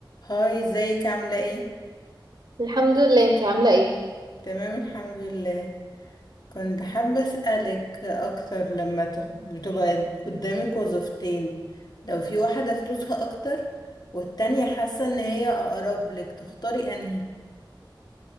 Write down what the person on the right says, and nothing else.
الحمد لله انتي عاملة ايه